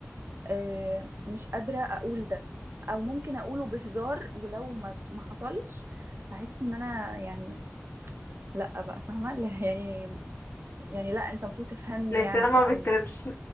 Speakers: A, on the right; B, on the left.
A: آه، مش قادرة اقول ده او ممكن اقوله بهزار ولو ما ما حصلش هحس ان انا يعني لا بقى فاهمة لا، يعني يعني لا انت المفروض تفهمني
B: الاهتمام
A: يعني
B: ما بيتطلبش
A: او